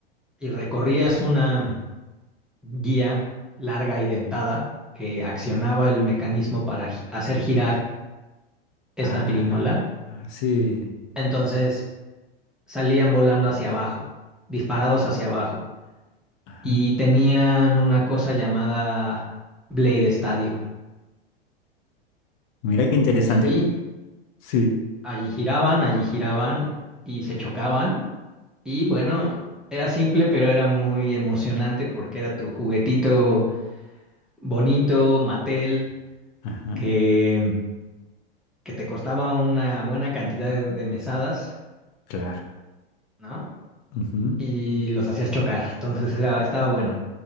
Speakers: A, in the centre; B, on the left (about 50°).
A: y recorrías una guía larga y dentada que accionaba el mecanismo para gi- hacer girar esta
B: Ah,
A: pirinola.
B: ah, sí.
A: Entonces salían volando hacia abajo, disparados hacia abajo,
B: Ajá.
A: y tenían una cosa llamada Blade Stadio.
B: Mira qué interesante.
A: Y allí
B: Sí.
A: Allí giraban, allí giraban y se chocaban. Y bueno, era simple, pero era muy emocionante porque era tu juguetito bonito, Mattel,
B: Ajá.
A: que, mm, que te costaba una buena cantidad de, de mesadas,
B: Claro.
A: ¿no?
B: Ujú.
A: Y los hacías chocar. Entonces era, estaba bueno.